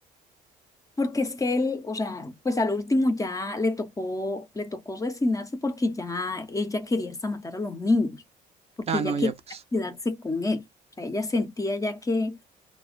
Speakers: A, on the left; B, on the right.
A: porque es que él, o sea, pues a lo último ya le tocó, le tocó resignarse porque ya ella quería hasta matar a los niños, porque
B: Ah,
A: ella
B: no, ya
A: quería
B: pues.
A: quedarse con él. O sea, ella sentía ya que